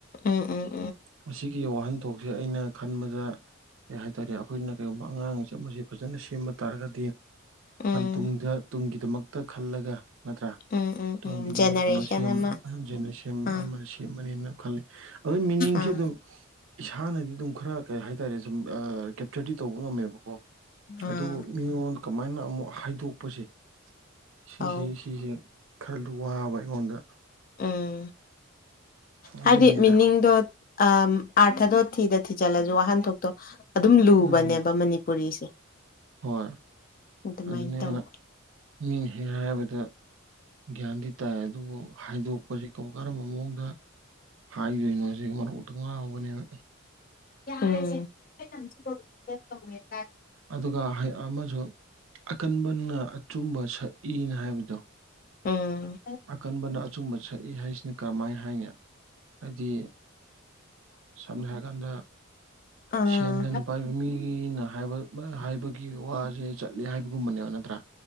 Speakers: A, on the left; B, on the right.
A: ꯑꯥ ꯑꯥ
B: ꯃꯁꯤꯒꯤ ꯋꯥꯍꯟꯊꯣꯛꯁꯦ ꯑꯩꯅ ꯈꯟꯕꯗ ꯀꯩ ꯍꯥꯏꯇꯥꯔꯦ ꯑꯩꯈꯣꯏꯅ ꯀꯔꯤꯒꯨꯝꯕ ꯑꯉꯥꯡ ꯆꯠ ꯃꯁ ꯐꯖꯅ ꯁꯦꯝꯕ ꯇꯥꯔꯒꯗꯤ
A: ꯎꯝ ꯎꯝ
B: ꯇꯨꯡꯗ ꯇꯨꯡꯒꯤ ꯒꯤ ꯗꯃꯛꯇ ꯈꯜꯂꯒ ꯅꯠꯇ꯭ꯔꯥ
A: ꯎꯝ
B: ꯇꯣꯝꯒꯤꯗꯃꯛꯇ
A: ꯎꯝ ꯖꯦꯅꯦꯔꯦꯁꯟ
B: ꯀꯩꯅꯣ ꯁꯦꯝꯕ
A: ꯑꯃ
B: ꯑꯍ ꯖꯁ ꯁꯦꯝ
A: ꯑꯥ
B: ꯑꯃꯅ ꯁꯦꯝꯃꯅꯦꯅ ꯈꯜꯂꯤ ꯑꯗꯨ ꯃꯤꯅꯤꯡꯁꯦ
A: ꯑꯥ
B: ꯑꯗꯨꯝ ꯏꯁꯥꯅꯗꯤ ꯑꯗꯨꯝ ꯈꯔ ꯀꯩ ꯍꯥꯏꯇꯥꯔꯦ ꯁꯨꯝ ꯏꯁꯇꯗꯤ ꯇꯧꯕ ꯉꯝꯃꯦꯕꯀꯣ
A: ꯑꯥ
B: ꯑꯗꯨ ꯃꯤꯉꯣꯟꯗ ꯀꯃꯥꯏꯅ ꯑꯃꯨꯛ ꯍꯥꯏꯗꯣꯛꯄꯁꯦ ꯁꯤꯁꯤ
A: ꯑꯧ
B: ꯁꯤꯁꯦ ꯈꯔꯗꯨ ꯋꯥꯕ ꯑꯩꯉꯣꯟꯗ
A: ꯎꯝ
B: ꯑꯗꯨꯏꯅꯤꯗ
A: ꯍꯥꯏꯗꯤ ꯃꯤꯅꯤꯡꯗꯣ ꯑꯥꯔꯊꯗꯣ ꯊꯤꯗ ꯊ ꯊꯤ ꯆꯠꯂꯁꯨ ꯋꯥꯍꯟꯊꯣꯛꯇꯣ ꯑꯗꯨꯝ ꯂꯨꯕꯅꯦꯕ
B: ꯎꯝ
A: ꯃꯅꯤꯄꯨꯔꯤꯁꯦ
B: ꯍꯣꯏ
A: ꯑꯗꯨꯃꯥꯏꯅ
B: ꯑꯗꯨꯅꯤ
A: ꯇꯧꯋꯦ
B: ꯑꯩꯅ ꯃꯤꯅ ꯍ ꯍꯥꯏꯔꯕꯗ ꯒ꯭ꯌꯥꯟꯗꯤ ꯇꯥꯏ ꯑꯗꯨꯕꯨ ꯍꯥꯏꯗꯣꯛꯄꯁꯤ ꯀ ꯀꯔꯝꯕ ꯃꯑꯣꯡꯗ ꯍꯥꯏꯗꯣꯏꯅꯣ ꯁꯤ ꯃꯔꯣꯛꯇ ꯉꯥꯎꯕꯅꯦꯕ
A: ꯎ
B: ꯑꯗꯨꯒ ꯑꯃꯁꯨ ꯑꯀꯟꯕꯅ ꯑꯆꯨꯝꯕ ꯁꯛꯏꯅ ꯍꯥꯏꯕꯗꯣ
A: ꯑꯣ
B: ꯑꯀꯟꯕꯅ ꯑꯆꯨꯝꯕ ꯁꯛꯏ ꯍꯥꯏꯁꯤꯅ ꯀꯔꯝꯍꯥꯏꯅ ꯍꯥꯏꯅꯤ ꯍꯥꯏꯗꯤ ꯁꯝꯅ ꯍꯥꯏꯔ ꯀꯥꯟꯗ
A: ꯑꯥ
B: ꯁꯦꯟ ꯂꯟ ꯄꯥꯏꯕ ꯃꯤꯅꯕ ꯍꯥꯏꯕꯒꯤ ꯋꯥꯁꯦ ꯆꯠꯂꯦ ꯍꯥꯏꯕꯒꯨꯝꯕꯅꯦꯕ ꯅꯠꯇ꯭ꯔꯥ